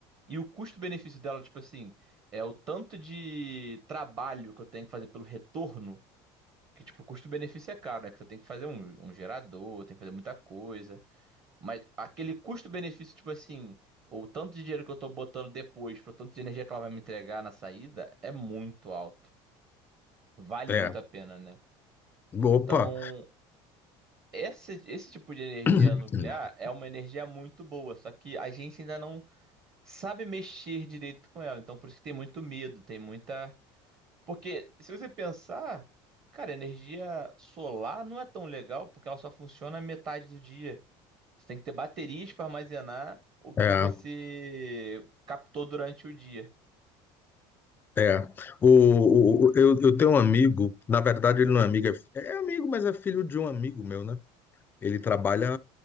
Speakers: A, on the right (about 25°); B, on the left (about 15°).
A: E o custo-benefício dela, tipo assim, é o tanto de trabalho que eu tenho que fazer pelo retorno, que tipo, o custo-benefício é caro, né? Que você tem que fazer um, um gerador, tem que fazer muita coisa. Mas aquele custo-benefício, tipo assim, ou o tanto de dinheiro que eu tô botando depois, pro tanto de energia que ela vai me entregar na saída, é muito alto. Vale
B: É.
A: muito a pena, né? Então,
B: Opa!
A: Esse, esse tipo de energia
B: <clears throat>
A: nuclear é uma energia muito boa, só que a gente ainda não sabe mexer direito com ela. Então, por isso que tem muito medo, tem muita. Porque, se você pensar, cara, energia solar não é tão legal porque ela só funciona metade do dia. Você tem que ter baterias para armazenar o que
B: É,
A: você captou durante o dia.
B: é. O, o- o- eu, eu tenho um amigo, na verdade ele não é amigo, é, é amigo, mas é filho de um amigo meu, né? Ele trabalha